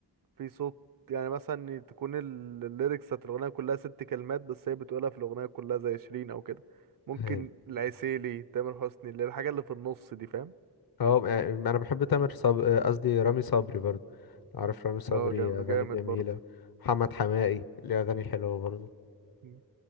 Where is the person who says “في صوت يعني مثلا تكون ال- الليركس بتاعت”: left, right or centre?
Right